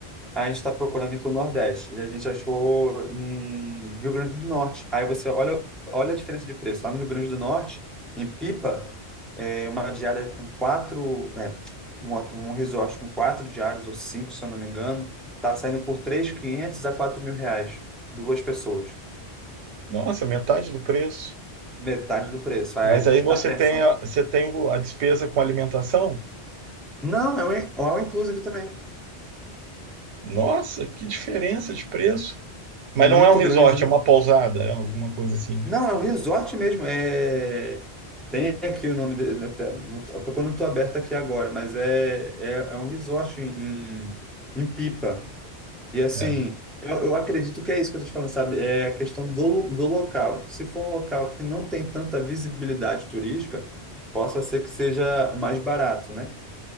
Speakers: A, in the centre; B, on the right (about 80°).
A: Aí A gente está procurando ir para o Nordeste. E a gente achou em Rio Grande do Norte. Aí você olha, olha a diferença de preço. Lá no Rio Grande do Norte, em Pipa, é uma diária com quatro. É, um, hot- um resort com quatro diárias ou cinco, se eu não me engano, tá saindo por 3.500 a 4 mil reais. Duas pessoas.
B: Nossa, metade do preço.
A: Metade do preço. Aí
B: Mas
A: a gente
B: aí você
A: está <laughs> pensando.
B: tem a, você tem o- a despesa com alimentação?
A: Não, é um all inclusive também.
B: Nossa, que diferença de preço. Mas
A: Muito
B: não é um resort,
A: grande, né?
B: é uma pousada, é alguma coisa assim.
A: Não, é um resort mesmo. É... Tem aqui o nome dele, até, não- porque eu não estou aberto aqui agora, mas é, é, é um resort em, em, em Pipa. E assim,
B: É.
A: eu, eu acredito que é isso que eu estou te falando, sabe? É a questão do, do local. Se for um local que não tem tanta visibilidade turística, possa ser que seja mais barato, né?